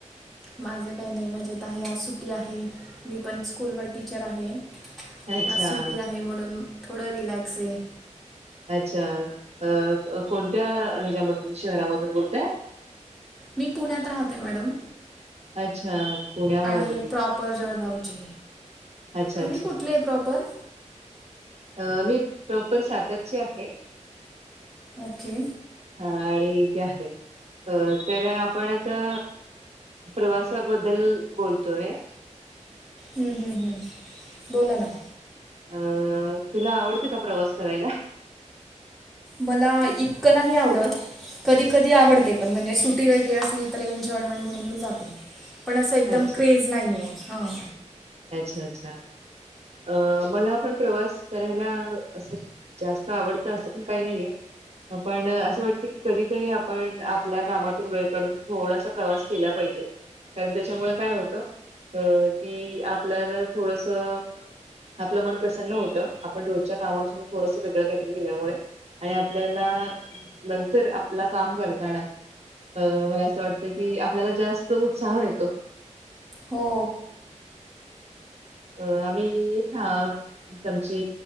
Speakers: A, in the centre; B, on the right.
A: माझं काही नाही मजेत आहे आज सुट्टी आहे. मी पण स्कूलवर टीचर आहे,
B: अच्छा
A: आज सुट्टी आहे म्हणून थोडा रिलॅक्स आहे.
B: अच्छा! अ कोणत्या हेच्यामधून शहरामधून बोलताय?
A: मी पुण्यात राहते मॅडम.
B: अच्छा! पुण्यामध्ये
A: आणि प्रॉपर जळगावचे.
B: अच्छा
A: तुम्ही
B: अच्छा
A: कुठले आहे प्रॉपर?
B: अ मी प्रॉपर सातरची आहे.
A: ओके.
B: अ आणि इथे आहे. तर आपण आता प्रवासाबद्दल बोलतोय.
A: हम्म, हम्म, हम्म. बोला ना
B: अं तुला आवडतं का प्रवास करायला?
A: मला इतकं नाही आवडत. कधी कधी आवडतय पण म्हणजे सुट्टी वगैरे असली तर एन्जॉयमेंट म्हणून मी जाते. पण असं एकदम
B: अच्छा
A: क्रेज नाही आहे हां.
B: अच्छा! अच्छा! अ मला पण प्रवास करायला असं जास्त आवडतं असं पण काही नाहीये. पण असं वाटत की कधीतरी आपण आपल्या कामातून वेळ काढून थोडासा प्रवास केला पाहिजे. कारण त्याच्यामुळे काय होतं अ की आपल्याला थोडस आपलं मन प्रसन्न होत, आपण रोजच्या कामात थोडस वेगळं काहीतरी केल्यामुळे आणि आपल्याला नंतर आपला काम करताना अं मला असं वाटतं की आपल्याला जास्त उत्साह येतो.
A: हो.
B: अ आम्ही फॅ तमची